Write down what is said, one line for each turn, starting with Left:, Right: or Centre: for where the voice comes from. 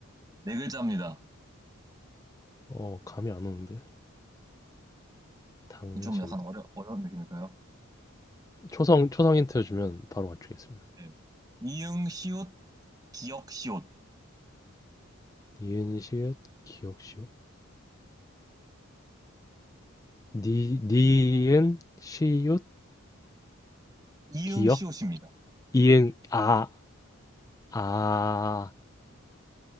Right: 네 글자입니다.
Left: 어, 감이 안 오는데요. 당신.
Right: 좀 약간 어려, 어려운 느낌일까요?
Left: 초성, 초성 힌트 주면 바로 맞추겠습니다.
Right: 네. 이응, 시옷, 기역, 시옷.
Left: 니은, 시읒, 기억, 시옷. 니, 니은, 시읒,
Right: 이응,
Left: 기억,
Right: 시옷입니다.
Left: 이응, 아, 아,